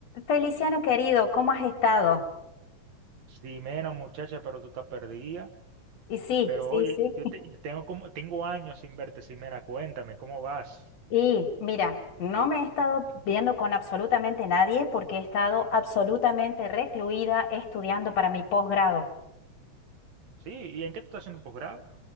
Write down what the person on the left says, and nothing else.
Feliciano querido, ¿cómo has estado?
Y sí,
sí,
sí.
Y mira, no me he estado viendo con absolutamente nadie porque he estado absolutamente recluida estudiando para mi posgrado.